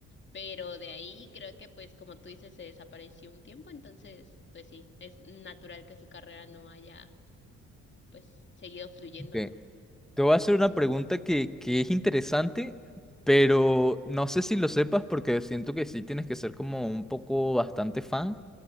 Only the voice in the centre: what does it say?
Sí.
Te voy a hacer una pregunta que, que es interesante, pero no sé si lo sepas porque siento que sí tienes que ser como un poco bastante fan.